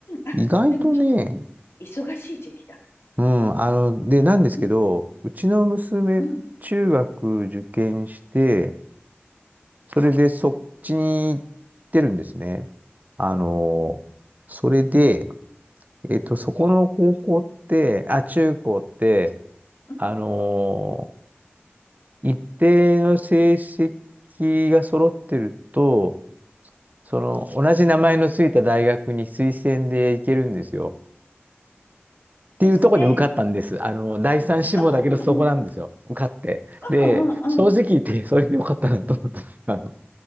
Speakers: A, on the left; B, on the right.
A: あ、
B: 意外とね、
A: でもちょっと忙しい時期だ。
B: うん、あの、で、なんですけど、
A: うん。
B: うちの娘、
A: うん。
B: 中学受験して、それでそっちに行ってるんですね。あの、
A: うん。
B: それで、えっと、そこの高校って、あ、中高って、
A: うん
B: あの、一定の成績が揃ってると、その、同じ名前のついた大学に推薦で行けるんですよ。っていうところに受かったんです。
A: ですね。
B: あの、第三志望だけどそこなんですよ。
A: うんうんうん。
B: 受かって。で、
A: うんうんうん。
B: 正直言ってそれでよかったなと思った。あの